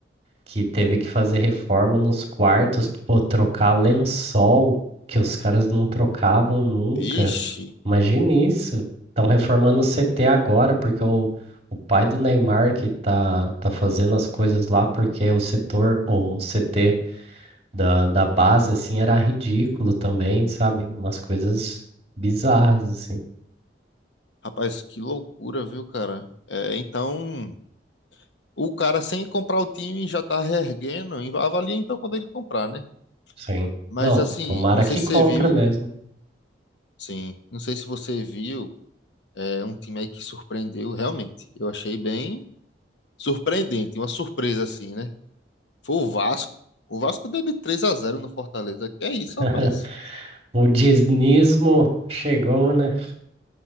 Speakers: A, on the right (about 35°); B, on the left (about 75°).
A: que teve que fazer reforma nos quartos, pô, trocar lençol, que os caras não trocavam nunca.
B: vixe,
A: Imagine isso. Estão reformando o CT agora, porque o, o pai do Neymar que tá, tá fazendo as coisas lá, porque o setor, o CT da, da base, assim, era ridículo também, sabe? Umas coisas bizarras, assim.
B: rapaz, que loucura, viu, cara? É, então, o cara sem comprar o time já tá reerguendo, e avalia então quando ele comprar, né?
A: Sim.
B: Mas
A: Não,
B: assim,
A: tomara
B: não sei
A: que
B: se
A: compra
B: você viu,
A: mesmo.
B: sim, não sei se você viu, é um time aí que surpreendeu, realmente. Eu achei bem surpreendente, uma surpresa assim, né? Foi o Vasco. O Vasco deu de 3 a zero no Fortaleza. Que é isso,
A: <laughs>
B: rapaz.
A: O dinismo chegou, né?